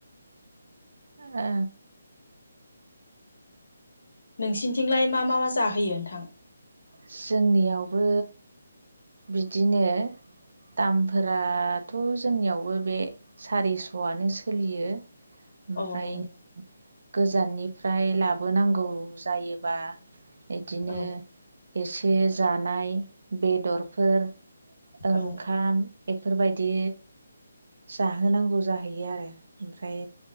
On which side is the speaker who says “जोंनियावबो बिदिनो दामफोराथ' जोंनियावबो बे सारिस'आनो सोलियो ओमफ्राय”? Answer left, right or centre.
Right